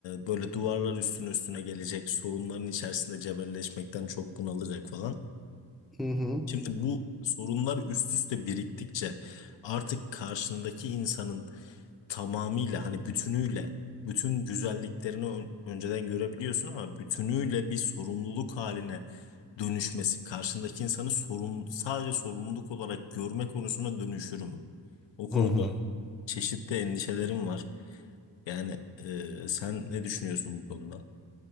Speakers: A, on the left; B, in the centre.
A: böyle duvarlar üstüne üstüne gelecek, sorunların içerisinde cebelleşmekten çok bunalacak falan.
B: Hı hı.
A: Şimdi bu sorunlar üst üste biriktikçe artık karşındaki insanın tamamıyla hani bütünüyle bütün güzelliklerini ön- önceden görebiliyorsun ama bütünüyle bir sorumluluk haline dönüşmesi karşındaki insanı sorumlu, sadece sorumluluk olarak görme konusuna dönüşür mü? O
B: Hı
A: konuda
B: hı.
A: çeşitli endişelerim var. Yani e, sen ne düşünüyorsun bu konuda?